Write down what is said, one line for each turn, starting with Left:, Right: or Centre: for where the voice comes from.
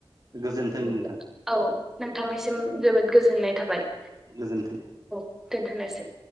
Right: गोजोन्थों
Centre: बिदिब्ला
Right: नोंथां
Centre: औ नोंथांनिसिम जोबोद गोजोननाय थाबाय।
Right: गोजोन्थों
Centre: औ दोन्थ'नोसै।